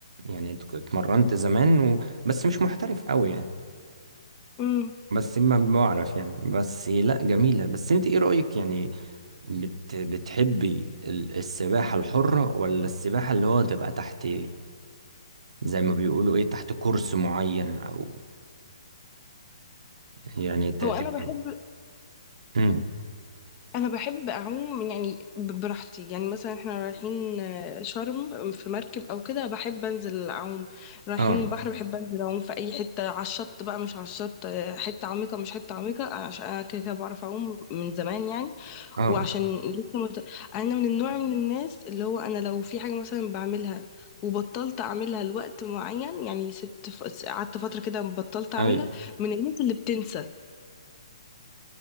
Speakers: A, on the right; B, on the left.
A: يعني اتك- اتمرنت زمان و... بس مش محترف قوي يعني
B: مم.
A: بس ما بعرف يعني بس لا جميلة بس انت ايه رأيك يعني بت بتحبي ال- السباحة الحرة ولا السباحة اللي هو تبقى تحت زي ما بيقولوا ايه تحت كورس معين او يعني ت-
B: هو
A: تبقى
B: انا بحب
A: مم.
B: انا بحب اعوم يعني ب- براحتي يعني مثلا احنا رايحين آه، شرم في مركب او كده بحب انزل اعوم رايحين
A: اه
B: بحر بحب انزل اعوم في اي حته على الشط بقى مش على الشط آه، حته عميقه مش حته عميقه عشان انا كده كده بعرف اعوم من زمان يعني
A: اه
B: وعشان لسه مت... انا من النوع من الناس اللي هو انا لو في حاجه مثلا بعملها وبطلت اعملها لوقت معين يعني سبت ف... قعدت فتره كده بطلت اعملها
A: ايوه
B: من الناس اللي بتنسى